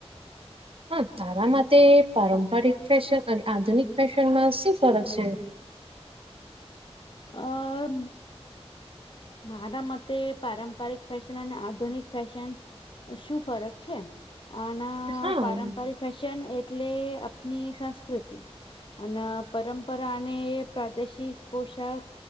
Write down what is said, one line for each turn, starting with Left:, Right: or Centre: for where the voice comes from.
Right: હા તારા માટે પારંપરિક ફેશન અને આધુનિક ફેશનમાં શુ ફરક છે?
Left: અ મારા મતે પારંપરિક ફેશન અને આધુનિક ફેશન શું ફરક છે આના
Right: હા
Left: પારંપરિક ફેશન એટલે આપની સંસ્કૃતિ અને પરંપરા અને પ્રાદેશિક પોશાક